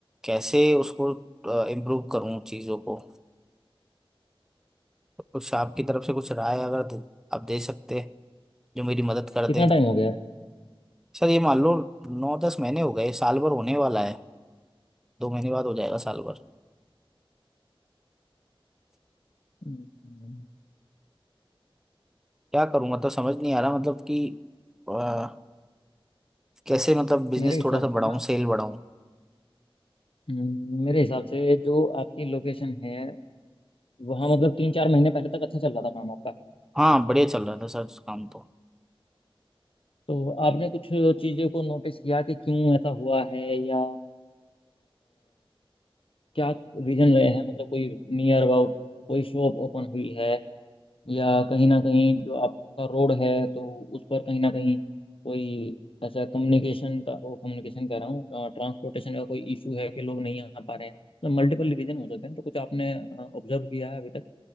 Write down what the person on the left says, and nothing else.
कितना
टाइम हो गया
हम्म,
मेरे हिसाब
से
ना
हम्म, मेरे हिसाब से जो आपकी लोकेशन है वहाँ मतलब तीन चार महीने पहले तक अच्छा चल रहा था काम आपका
तो आपने कुछ चीज़ों को नोटिस किया कि क्यों ऐसा हुआ है या अ, क्या रीजन रहे हैं मतलब कोई नियर अबाउट कोई शॉप ओपन हुई है या कहीं ना कहीं जो आपका रोड है तो उस पर कहीं ना कहीं कोई ऐसा कम्युनिकेशन का वो कम्युनिकेशन कह रहा हूँ ट्रांसपोर्टेशन का कोई इशू है कि लोग नहीं आ पा रहे हैं मतलब मल्टीपल रीजन हो सकते हैं तो कुछ आपने ऑब्जर्व किया है अभी तक